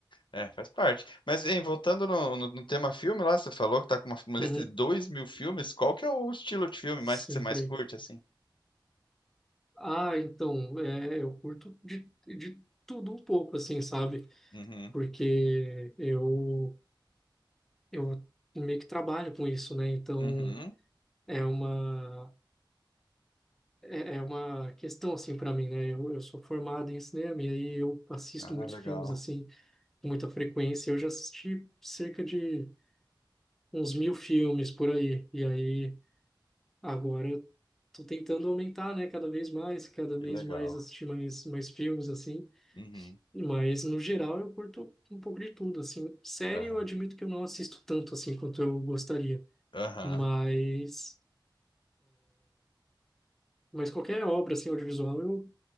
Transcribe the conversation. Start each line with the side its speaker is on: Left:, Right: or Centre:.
Left: É, faz parte. Mas, hein, voltando no, no- no tema filme lá, você falou que tá com uma, uma lista
Centre: Uhum.
Left: de dois mil filmes. Qual que é o estilo de filme
Centre: Sim,
Left: mais que você mais
Centre: por aí.
Left: curte, assim?
Centre: Ah, então, é, eu curto de, de tudo um pouco, assim, sabe?
Left: Uhum.
Centre: Porque eu, eu meio que trabalho com isso, né? Então,
Left: Uhum.
Centre: é uma, é, é uma questão, assim, para mim, né? Eu, eu sou formado em cinema e aí eu assisto
Left: Ah,
Centre: muitos
Left: legal.
Centre: filmes, assim, com muita frequência. Eu já assisti cerca de uns mil filmes por aí. E aí, agora, eu tô tentando aumentar, né? Cada vez mais, cada vez
Left: Que legal.
Centre: mais assistir mais, mais filmes, assim.
Left: Uhum.
Centre: Mas, no geral, eu curto um pouco de tudo, assim. Série
Left: Aham.
Centre: eu admito que eu não assisto tanto, assim, quanto eu gostaria.
Left: Aham.
Centre: Mas, mas qualquer obra, assim, audiovisual, eu